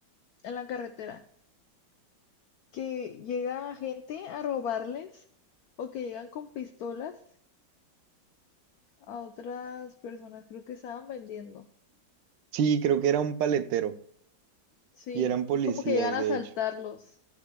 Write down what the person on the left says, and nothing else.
en la carretera, que llega gente a robarles o que llegan con pistolas a otras personas, creo que estaban vendiendo.
Sí,
y como que llegan a
asaltarlos.